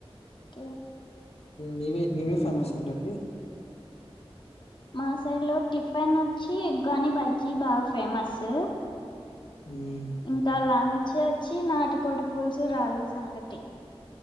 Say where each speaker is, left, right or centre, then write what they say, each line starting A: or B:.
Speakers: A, on the left; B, on the left.
A: ఓకే
B: మీవే మీవే
A: మ్మ్
B: ఫేమస్ ఏంటండి.
A: మా సైడ్లో టిఫన్ వచ్చి ఉగ్గాని బజ్జీ బాగా ఫేమస్.
B: హుహు.
A: ఇంకా లంచ్ వచ్చి నాటికోడి పులుసు, రాగి సంగటి.